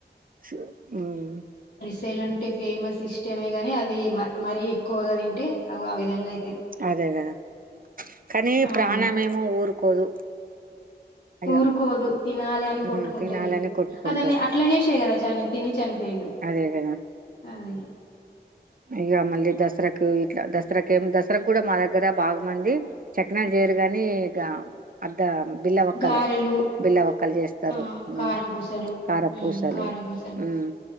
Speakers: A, on the right (about 55°); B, on the left (about 80°).
A: శు ఉమ్
B: సెలంటే ఫేమస్ ఇస్టమే గని అది మ మరీ ఎక్కువగా తింటే అగో ఆ విధంగా అయిత
A: అదే గదా కానీ
B: అవును.
A: ప్రాణమేమో ఊరుకోదు అయ్యో!
B: ఊరుకోదు తినాలె అని
A: హ్మ్.
B: కొట్టుకుంటది,
A: తినాలని కొట్టుకుంటది.
B: అతన్ని అట్ల జేసే గదా చని తిని చనిపోయిండు.
A: అదే గదా!
B: అదే
A: ఇగ మళ్ళీ దసరక్ కు ఇట్ల దసరాకేం దసరాగ్గుడా మా దగ్గర బాగు మంది చకినాల్ జేయరుగన్ నీగా అద్ద బిల్లవక్కలు
B: గారెలు
A: బిల్లవక్ క్కలు జేస్తరు
B: ఆ
A: ఉమ్
B: కారం పూసలు
A: కారపూసలు
B: మ్మ్ కారం పూసలు
A: ఉమ్